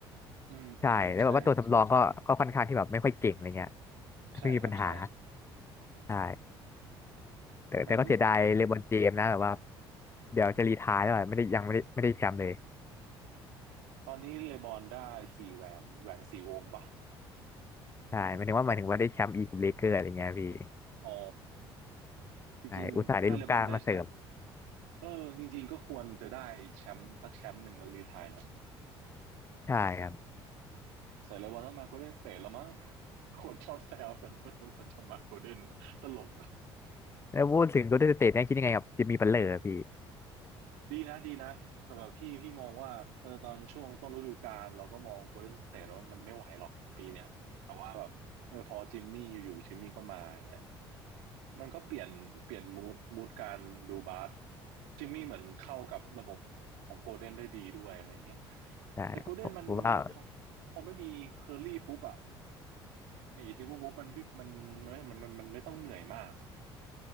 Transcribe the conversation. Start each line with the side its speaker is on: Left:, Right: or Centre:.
Right: อืมอืมใช่ใช่
Left: ใช่แล้วแบบว่าตัวสำรองก็ก็ค่อนข้างที่แบบไม่ค่อยเก่งอะไรเงี้ย
Right: ใช่ครับใช่
Left: ไม่มีปัญหาใช่แต่แต่ก็เสียดายเลบรอนเจมส์นะแบบว่า
Right: แต่จริง
Left: เดี๋ยวจะรีไทร์แล้วอะไม่ได้ยังไม่ได้ไม่ได้แชมป์เลย
Right: ตอนนี้เลบอนได้สี่แหวนแหวนสี่วงปะ
Left: ใช่หมายถึงว่าหมายถึงว่าได้แชมป์อีกกับเลเกอร์อะไรเงี้ยพี่
Right: อ๋อจริงๆถ้าเลบอนได้แชมป์
Left: ใช่อุตส่าห์ได้ลูก้ามาเสริม
Right: เออจริงๆก็ควรจะได้อีกแชมป์สักแชมป์หนึ่งแล้วรีไทร์เนาะ
Left: ใช่ครับ
Right: ใส่เลบอนต้องมาโกลเด้นสเตทแล้วมั้งคนชอบแซวกันว่าทำไมจะมาโกลเด้นตลกอะ
Left: แล้วพูดถึงโกลเด้นสเตทเนี่ยคิดยังไงกับจิมมี่บัตเลอร์พี่
Right: ดีนะดีนะสำหรับพี่พี่มองว่าเออตอนช่วงต้นฤดูกาลเราก็มอง Golden State แล้ววามันไม่ไหวหรอกปีเนี้ยแต่ว่าแบบเออพอจิมมี่อยู่ๆจิมมี่ก็มาอย่างเงี้ยมันก็เปลี่ยนเปลี่ยนมูดมูดการดูบาสจิมมี่เหมือนเข้ากับระบบของโกลเด้นได้ดีด้วยอะไรอย่างเงี้ย
Left: ใช่ผมผมว่า
Right: แต่โกลเด้นมันพอพอไม่มีเคอร์ี่ปุ๊บอะไอ้ที่ปุ๊บมันวิ่งมันมันมันมันมันไม่ต้องเหนื่อยมาก